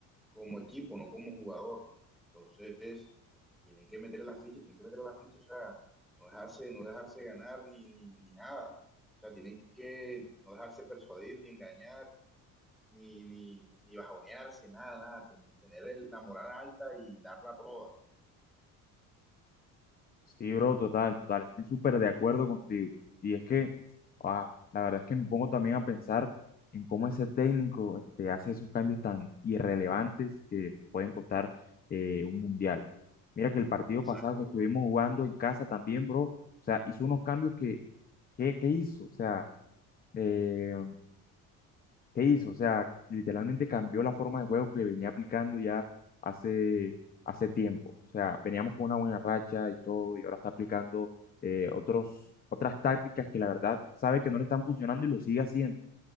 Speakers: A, in the centre; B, on the left.
A: como equipo, no como jugador. Entonces, tienen que meterle la ficha, tienen que meterle la ficha, o sea, no dejarse, no dejarse ganar ni, ni, ni nada. O sea, tienen que no dejarse persuadir, ni engañar, ni, ni, ni bajonearse, nada, nada. Ten- Tener el- la moral alta y darla toda.
B: Sí, bro, total, total. Estoy súper de acuerdo contigo. Y es que, ah, la verdad es que me pongo también a pensar en cómo ese técnico este, hace esos cambios tan irrelevantes que pueden costar eh, un mundial. Mira que el partido
A: Exacto,
B: pasado que estuvimos
A: bro.
B: jugando en casa también, bro, o sea, hizo unos cambios que, ¿qué, qué hizo? O sea, eh, ¿Qué hizo? O sea, literalmente cambió la forma de juego que venía aplicando ya hace, hace tiempo. O sea, veníamos con una buena racha y todo, y ahora está aplicando eh, otros, otras tácticas que la verdad sabe que no le están funcionando y lo sigue haciendo.